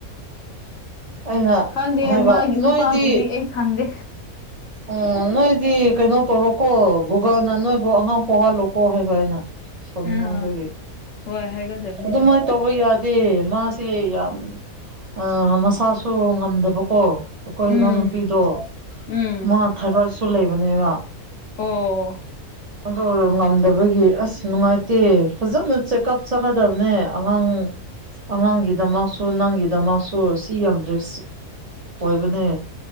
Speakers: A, on the right; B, on the left.
A: ꯑꯩꯅ
B: ꯈꯪꯗꯦ
A: ꯍꯥꯏꯕ
B: ꯃꯥꯒꯤ ꯅꯨꯄꯥꯕꯨꯗꯤ
A: ꯅꯣꯏꯗꯤ
B: ꯑꯩ ꯈꯪꯗꯦ
A: ꯎꯝ ꯅꯣꯏꯗꯤ ꯀꯩꯅꯣ ꯇꯧꯔꯣꯀꯣ ꯒꯨꯒꯜꯅ ꯅꯣꯏꯕꯨ ꯑꯉꯥꯡ ꯄꯣꯛꯍꯜꯂꯣꯀꯣ ꯍꯥꯏꯕ ꯑꯩꯅ ꯁꯥꯎꯅꯤꯡ
B: ꯑꯥ
A: ꯃꯟꯕꯩ
B: ꯍꯣꯏ ꯍꯥꯏꯒꯗꯕꯅꯤ
A: ꯑꯗꯨꯝꯃꯥꯏ
B: ꯑꯗꯨ
A: ꯇꯧꯕ ꯌꯥꯗꯦ ꯃꯥ ꯁꯦ ꯌꯥꯝ ꯑ ꯃꯁꯥꯁꯨ ꯉꯝꯗꯕꯀꯣ ꯑꯀꫭꯏ
B: ꯎꯝ
A: ꯏꯅꯥꯎꯅꯨꯄꯤꯗꯣ
B: ꯎꯝ
A: ꯃꯥ ꯊꯥꯏꯔꫭꯏꯠꯁꯨ ꯂꯩꯕꯅꯦꯕ
B: ꯑꯣ
A: ꯑꯗꯨ ꯉꯝꯗꯕꯒꯤ ꯑꯁ ꯅꯨꯡꯉꯥꯏꯇꯦ ꯐꯖꯅ ꯆꯦꯛꯀꯞ ꯆꯠꯅꯗꯞꯅꯦ ꯑꯉꯥꯡ ꯑꯉꯥꯡꯒꯤꯗꯃꯛꯁꯨ ꯅꯪꯒꯤꯗꯃꯛꯁꯨ ꯁꯤ ꯌꯥꯝ ꯔꯤꯛꯁ ꯑꯣꯏꯕꯅꯦ